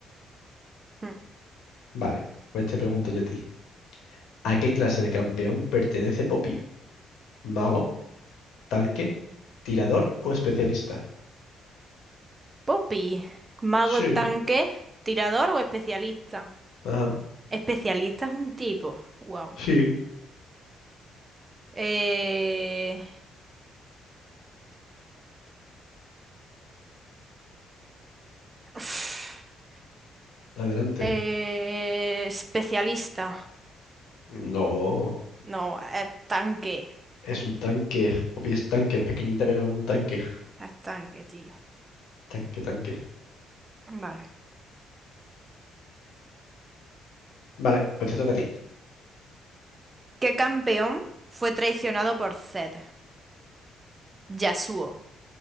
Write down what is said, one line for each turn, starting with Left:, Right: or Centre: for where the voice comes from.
Right: Mm.
Left: Vale, pues te pregunto yo a ti. ¿A qué clase de campeón pertenece Poppy? ¿Mago, tanque, tirador o especialista?
Right: Poppy. ¿Mago
Left: Sí,
Right: tanque? ¿Tirador o especialista?
Left: ajá,
Right: Especialista es un tipo. Wow.
Left: sí.
Right: Eh... <sniffs> <sighs>
Left: Adelante.
Right: Eh, especialista.
Left: No,
Right: No, eh, tanque.
Left: es un tanque. Poppy es tanque, es pequeñita, pero es un tanque.
Right: Es tanque, tío.
Left: Tanque, tanque.
Right: Vale.
Left: Vale, pues te toca a ti.
Right: ¿Qué campeón fue traicionado por Zed? Yasuo,